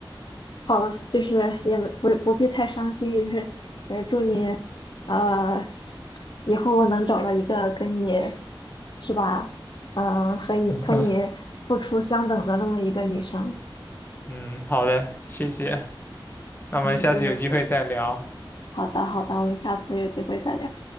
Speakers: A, on the left (about 60°); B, on the left (about 25°).
A: 好了，就是也没不不必太伤心，也是也祝你，呃，以后能找到一个跟你，是吧？嗯、和你和你付出相等的那么一个女生。
B: <laughs> 嗯，好的，谢谢，那我们下次有机会再聊。
A: 嗯，不用谢。好的，好的，我们下次有机会再聊，